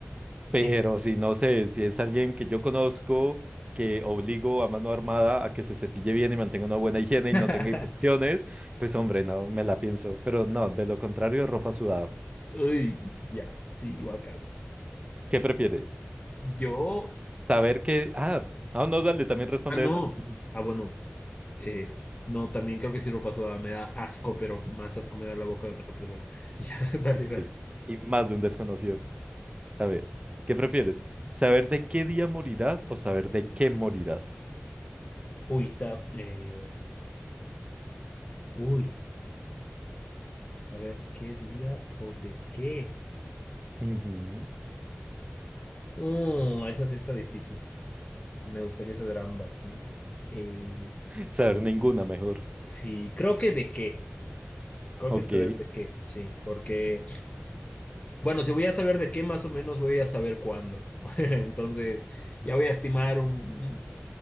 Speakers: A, on the right; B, on the left.
A: Pero
B: It's-
A: si no sé, si es alguien que yo conozco, que obligo a mano armada a que se cepille bien y mantenga una buena higiene
B: <laughs>
A: y no tenga infecciones, pues hombre, no me la pienso. Pero no, de lo contrario, ropa sudada.
B: Uy, ya, sí, guacala.
A: ¿Qué prefieres?
B: Yo,
A: Saber
B: eh,
A: que... Ah, ah, no, dale, también responde
B: ah, no.
A: esa. <laughs>
B: Ah, bueno, eh, no, también creo que sí ropa sudada me da asco, pero más asco me da la boca de otra persona. <laughs> Ya, dale,
A: Sí,
B: dale.
A: y más de un desconocido. A ver, ¿qué prefieres? ¿Saber de qué día morirás o saber de qué morirás?
B: Uy, sa- eh, uy, saber qué día o de qué.
A: Ujú.
B: Uh, eso sí está difícil. Me gustaría saber ambas, ¿no? Eh,
A: Saber ninguna mejor.
B: sí, creo que de qué. Creo
A: Ok,
B: que saber de qué, sí, porque Bueno, si voy a saber de qué, más o menos voy a saber cuándo. <laughs> Entonces, ya voy a estimar un, un-